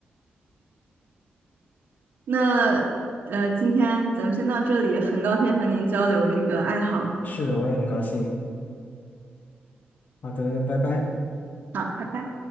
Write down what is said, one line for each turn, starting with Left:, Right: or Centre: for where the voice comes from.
Right: <clears throat> 那呃，今天咱们先到这里，很高兴和您交流这个爱好。
Left: 是的，我也很高兴。好的，那拜拜。
Right: 好，拜拜。